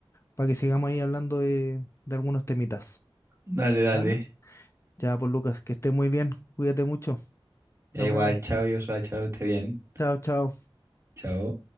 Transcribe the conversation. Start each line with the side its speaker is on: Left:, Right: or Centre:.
Left: para que sigamos ahí hablando de, de algunos temitas.
Right: Dale, dale.
Left: ¿Ah, no? Ya, por Lucas, que estés muy bien, cuídate mucho,
Right: Ya
Left: nos
Right: igual,
Left: vemos.
Right: chao, yo soy chao, esté bien.
Left: Chao, chao.
Right: Chao.